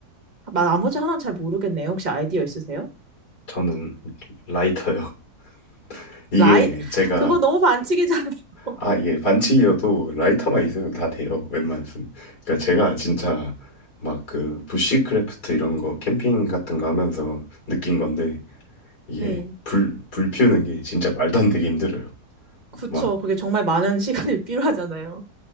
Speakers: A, on the right; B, on the left.
A: 마- 나머지 하나는 잘 모르겠네요. 혹시 아이디어 있으세요?
B: 저는 라이터요. <laughs> 이게
A: 라이,
B: 제가
A: 그거 너무 반칙이잖아요. <laughs>
B: 아, 이게 반칙이어도 라이터만 있으면 다 돼요. 웬만해서는. 그러니까 제가 진짜 막 그 부시크래프트 이런 거 캠핑 같은 거 하면서 느낀 건데 이게
A: 네.
B: 불, 불 피우는 게 진짜 말도 안 되게 힘들어요.
A: 그쵸.
B: 막
A: 그게 정말 많은 시간이 <laughs> 필요하잖아요.